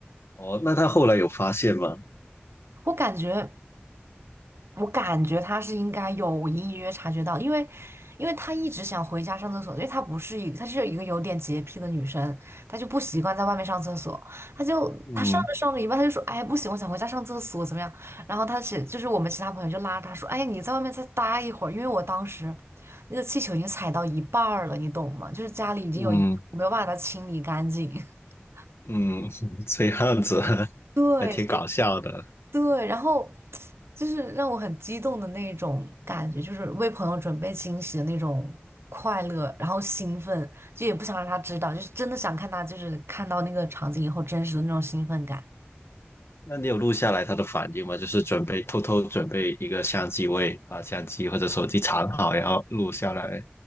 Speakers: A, on the left (about 85°); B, on the right (about 80°).
A: 哦，那他后来有发现吗？
B: 我感觉我感觉他是应该有隐隐约约察觉到，因为，因为她一直想回家上厕所，因为她不是一，她是一个有点洁癖的女生，她就不习惯在外面上厕所，她就她上着上着一半，
A: 嗯
B: 她就说，哎，不行，我想回家上厕所，怎么样？然后她其就是我们其他朋友就拉着她说，哎，你在外面再待一会儿，因为我当时那个气球已经踩到一半儿了，你懂吗？就是家里已经有一没有办法把它清理干净。
A: 嗯
B: <laughs>
A: 嗯，<laughs> 这样子 <laughs>
B: 对，
A: 还挺搞笑的。
B: 对，然后就是让我很激动的那种感觉，就是为朋友准备惊喜的那种快乐，然后兴奋，就也不想让他知道，就是真的想看他，就是看到那个场景以后真实的那种兴奋感。
A: 那你有录下来他的反应吗？就是准备偷偷准备一个相机位，把相机或者手机藏好，然后录下来。